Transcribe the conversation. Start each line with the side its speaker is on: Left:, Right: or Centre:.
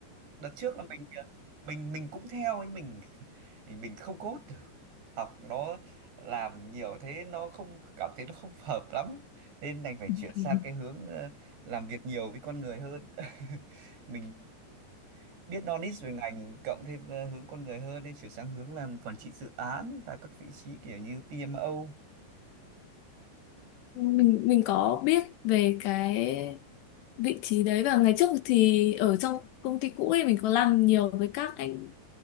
Right: đợt trước là mình ờ, mình mình cũng theo nhưng mình <laughs> mình không code được học nó làm nhiều thế nó không cảm thấy nó không hợp lắm nên đành phải
Left: <laughs>
Right: chuyển sang cái hướng ờ, làm việc nhiều với con người hơn <laughs> mình biết knowledge về ngành cộng thêm ờ, hướng con người hơn nên chuyển sang hướng làm quản trị dự án và các vị trí kiểu như PMO.
Left: mình mình có biết về cái vị trí đấy và ngày trước thì ở trong công ty cũ ấy mình có làm nhiều với các anh